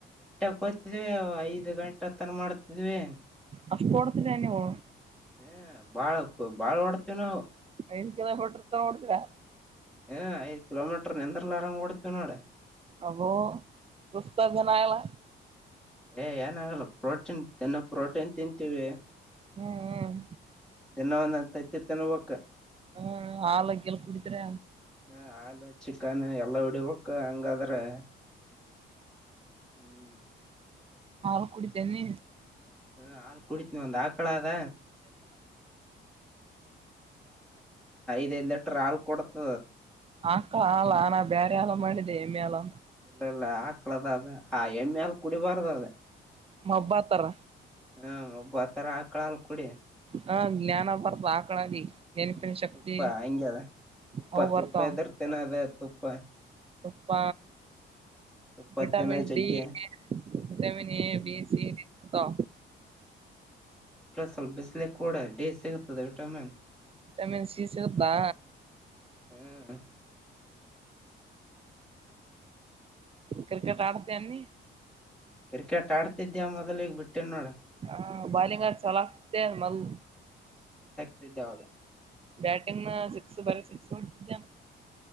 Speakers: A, in the centre; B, on the right.
A: ಕೋತಿದ್ವಿ ಐದು ಗಂ ತತ್ತನ್ ಮಾಡ ಇಲ್ಲಿುವೇ
B: ಅಷ್ಟು ಕೊಡ್ತನೇ ನಿವೋ
A: ಹ ಬಾಳ್ ಬಾಳ್ ಡ್ತೇವ ನಾವು
B: <unintelligible> ಬಿಟ್ಟ್ರರ್ತ ನೋಡ್ತರಾ
A: ಹ್ಮ ಐದು ಕಿಲೋಮೀಟರ್ ನಿಂದ್ರಲ ಆರಂಗ ಒಡ್ತೀವಿ ನೋಡ
B: ಅಬೋ ಸುಸ್ತ
A: ಹು
B: ಜನ ಎಲ್ಲ
A: ಏ್ ಏನ ಆಗಲ್ಲ ಪ್ರೋಟೀನ್ ತಿನ್ನ ಪ್ರೋಟೀನ್ ತಿಂತೀವಿ
B: ಹ್ಮ್ ಹ್ಮ್
A: ದಿನ ಒಂದೊಂದ್ ತತ್ತಿ ತಿನ್ನಬೇಕು
B: ಹ್ಮ್ ಹಾಲ ಗಿಲ್ ಕುಡಿತರ
A: ಹ ಹಾಲು ಚಿಕನ್ ಎಲ್ಲ ಹೊಡಿಬಕ ಹಂಗಾದ್ರೆ ಹ್ಮ್
B: ಹಾಲ ಕುಡಿತಿನಿ
A: ಹ್ಮ ಹಾಲ್ ಕುಡಿತನ ಒಂದ್ ಆಕಳ ಅದ ಐದ ಲೆಟರ್ ಹಾಲ್ ಕೊಡತದ
B: ಆಕ್ಕಳ ಅಲ್ಲ ನಾ ಬೇರೆ ಎಲ್ಲ ಮಾಡಿದ್ದೆ ಎಮ್ಮೆ ಹಾಲ
A: ಇಲ್ಲ ಇಲ್ಲ ಹಾಕ್ಳದ ಅದ ಆ ಹೆಮ್ಮೆ ಅಲ್ ಕುಡಿಬಾರ್ದ ಅದ
B: ಮಬ್ಬತಾರ
A: ಹ್ಮ ಒಬಾ ರ ಆ ಕಳ ಕುಡಿ
B: ಹಾ ಜ್ಞಾನ ಬರ್ತು ಆಕಳಾಗಿ
A: ಹ್ಮ
B: ನೆನಪಿನ ಶಕ್ತಿ
A: ತುಪ್ಪ ಹಂಗೆ ಅದ ತುಪ್ಪ
B: ಹ ಬರ್ತ
A: ತುಪ್ಪ ಎದ್ರ ತಿನ್ನದ ತುಪ್ಪ
B: ತುಪ್ಪ
A: ತುಪ್ಪ
B: ವಿಟಮಿನ್
A: ತಿನ್ನ ಜಗ್ಗೆ
B: ಡಿ vitamin A
A: hmm
B: B C D ಹತ್ತಾ
A: ಸ್ವಲ್ ಬಿಸಲ ಕೂಡ ಡಿ ಸಿಗದೆ ವಿಟಮಿನ್
B: ತಮಿ ಸಿೀ ಸರಪಾ
A: ಹ್ಮ್
B: ಕ್ರಿಕೆಟ್ ಆಡ್ತಿ ಏನ್ ನಿ
A: ಕ್ರಿಕೆಟ್ ಆಡ್ತಿದ್ಯಾ ಮೊದಲ ಈಗ್ ಬೀಟೆನ್ ನೋಡ್
B: ಹ ಬಲ್ಲಿಂಗ್ ಚೊಲೋ ಅಕ್ತಿಯೆನ್ ಮೊದ್ಲ್
A: ಹಕ್ತಿದೆ ಅವಾಗ
B: ಬ್ಯಾಟಿಂಗ್ ಸಿಕ್ಸ್ ಬರೀ ಸಿಕ್ಸ್ ಕೊಡತಿದ್ದಾನ